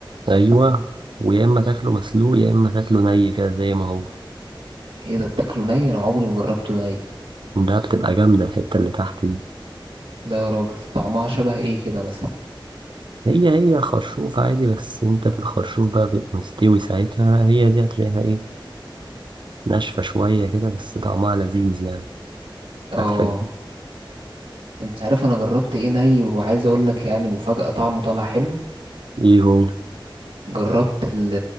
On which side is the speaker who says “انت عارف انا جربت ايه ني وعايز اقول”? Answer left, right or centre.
Right